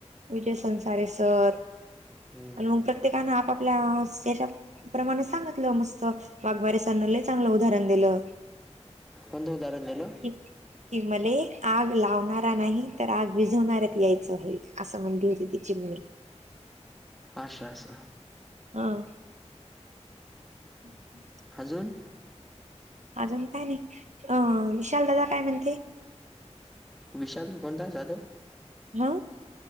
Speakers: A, on the right; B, in the centre.
A: विजय संसारे सर
B: हम्म
A: आणि मग प्रत्येकानं आपापल्या च्या प्रमाणे सांगितलं मस्त वाघबारे सरांनी लय चांगलं उदाहरण दिलं <inaudible>
B: कोणत उदाहरण दिलं?
A: की कि मले आग लावणारा नाही तर आग वीजवणाऱ्यातले आहे असं म्हणती होती तिची मु
B: अशा अस
A: हा.. हम्..
B: अजून?
A: अजून काय नाही अ विशालदादा काय म्हण
B: विशाल कोणता जाधव?
A: हा